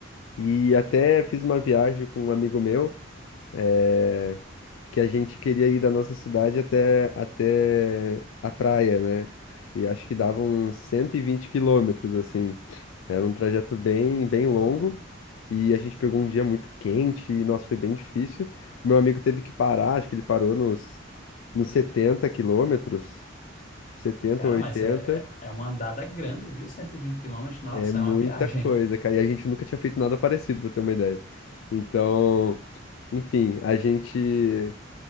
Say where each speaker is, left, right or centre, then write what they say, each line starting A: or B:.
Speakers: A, on the left; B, on the left.
A: E até fiz uma viagem com um amigo meu, eh, que a gente queria ir da nossa cidade até, até a praia, né? E acho que dava uns 120 quilômetros, assim. Era um trajeto bem, bem longo
B: Ah,
A: e a gente pegou um dia muito quente e, nossa, foi bem difícil. O meu amigo teve que parar, acho que ele parou nos, nos 70 quilômetros, setenta
B: Cara,
A: ou oitenta
B: mas é, é é uma andada grande, viu? cento e vinte quilômetros, nossa,
A: É muita
B: é uma viagem.
A: coisa, cara. E a gente nunca tinha feito nada parecido, pra ter uma ideia. Então, enfim, a gente,